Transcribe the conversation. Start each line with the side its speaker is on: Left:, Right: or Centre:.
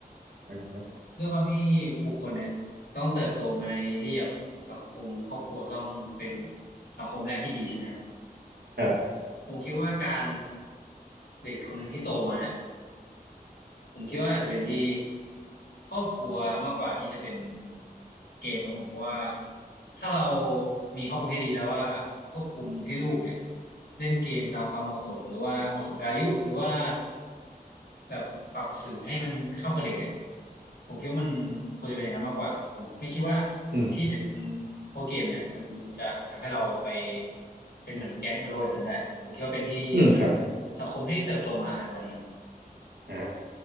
Right: อ่า
Left: ด้วยความที่บุคคลเนี่ยต้องเติบโตมาในที่แบบสังคมครอบครัวต้องเป็นสังคมแรกที่ดีใช่ไหมครับ
Right: ครับ
Left: ผมคิดว่าการเด็กคนหนึ่งที่โตมาเนี่ย ผมคิดว่าอาจจะเป็นที่ครอบครัวมากกว่าที่จะเป็นเกมครับผมเพราะว่าถ้าเรามีครอบครัวที่ดีแล้วว่าควบคุมให้ลูกเนี่ยเล่นเกมตามความเหมาะสมหรือว่าเหมาะสมกับอายุหรือว่าแบบปรับสื่อให้มันเข้ากับเด็กเนี่ยผมคิดว่ามันควรจะเป็นอย่างนั้นมากกว่าผมไม่คิดว่า
Right: อืม
Left: ที่เป็นพวกเกมเนี่ยมันจะทำให้เราไปเป็นเหมือนแก๊งโอโลอย่างนั้นได้ผมคิดว่าเป็นที่
Right: อืมครับ
Left: สังคมที่เติบโตมาอะไรประมาณนี้ครับ
Right: อ่า